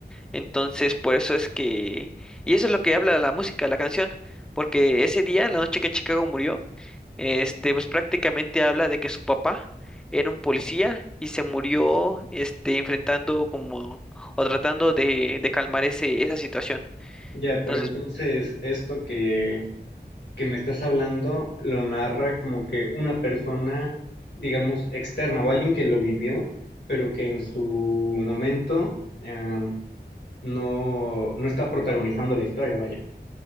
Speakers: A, in the centre; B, on the left.
A: Entonces, por eso es que... Y eso es lo que habla la música, la canción, porque ese día, la noche que Chicago murió, este, pues prácticamente habla de que su papá era un policía y se murió, este, enfrentando como o tratando de, de calmar ese, esa situación.
B: Ya,
A: Entonces,
B: pero entonces esto que, que me estás hablando lo narra como que una persona, digamos, externa o alguien que lo vivió, pero que en su momento, em, no, no está protagonizando la historia, vaya.